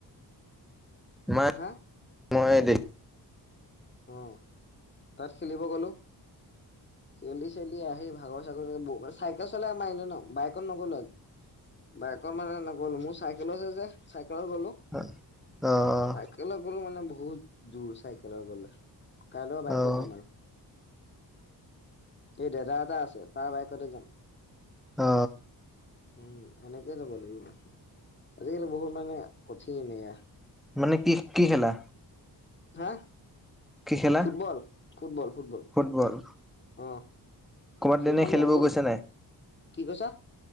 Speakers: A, in the centre; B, on the left.
A: মাক
B: হা
A: মই দেখ-
B: অ তাত খেলিব গ'লো। খেলি চেলি আহি ভাগৰ চাগৰে বৌ চাইকেল চলাই মাৰিলোঁ ন বাইকত নগ'লো আজি।
A: <inaudible>
B: বাইকৰ মানে নগ'লো, মোৰ চাইকেলো আছে যে চাইকেলত গ'লো।
A: হয় অ অ।
B: কেলে গলোঁ মানে বহুত দূৰ চাইকেলত গ'লে কাইল বাইকত
A: অ',
B: যাম আৰ। এই দাদা এটা আছে তাৰ বাইকতে যাম।
A: অ।
B: উম এনেকে যাব লাগিব। আজিকালি বহুত মানে কঠিন এয়া।
A: মানে কি কি খেলা?
B: হা,
A: কি খেলা?
B: এই Football football football.
A: ফুটবল।
B: অ
A: ক'ৰবাত
B: ফিল্ডখন
A: এনে খেলিব
B: মহল,
A: গৈছে
B: কি কৈছা?